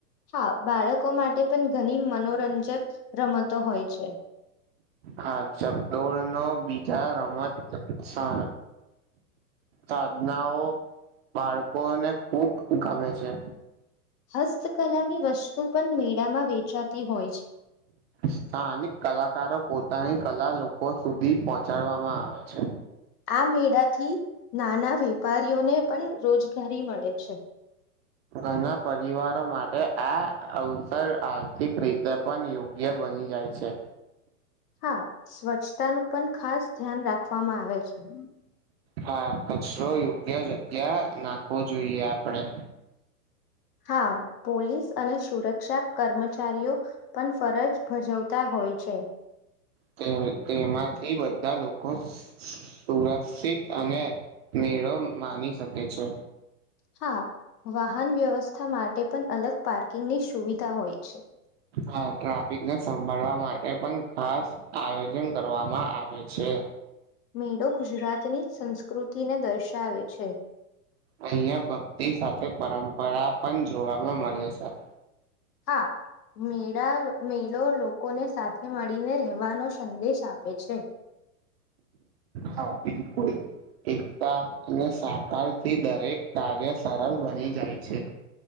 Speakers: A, on the left; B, on the right.
A: હા બાળકો માટે પણ ઘણી મનોરંજક રમતો હોય છે.
B: હા ચકદોળ નો બીજા રમત સા સાધનાઓ બાળકોને ખુબ ગમે છે.
A: હસ્તકલાની વસ્તુ પણ મેળામાં વેચાતી હોય છે.
B: સ્થાનિક કલાકારો પોતાની કલા લોકો સુધી પહોચાડવામાં આવે છે.
A: આ મેળાથી નાના વેપારીઓને પણ રોજગારી મળે છે.
B: ઘણા પરિવારો માટે આ અવસર આર્થિક રીતે પણ યોગ્ય બની જાય છે.
A: હા સ્વચ્છતા નું પણ ખાસ ધ્યાન રાખવામાં આવે છે.
B: હા કચરો યોગ્ય જગ્યા નાખવો જોઈએ આપડે.
A: હા પોલીસ અને સુરત રક્ષા કર્મચારીઓ પણ ફરજ ભજવતા હોય છે.
B: તે તેમાંથી બધા લોકો સુ રક્ષિત અને મેળો માની શકે છે.
A: હા વાહન વ્યવસ્થા માટે પણ અલગ પાર્કિંગની સુવિધા હોય છે.
B: હા ટ્રાફિકને સંભાળવા માટે પણ ખાસ આયોજન કરવામાં આવે છે.
A: મેળો ગુજરાત ની સંસ્કૃતિને દર્શાવે છે.
B: અહિયાં ભક્તિ સાથે પરંપરા પણ જોવાવામાં મળે છે.
A: હા. મેળા મેળો લોકોને સાથે મળીને રહેવાનો સંદેશ આપે છે.
B: હા બિલકુલ. એકતા અને સહકારથી દરેક કાર્ય સરળ બની જાય છે.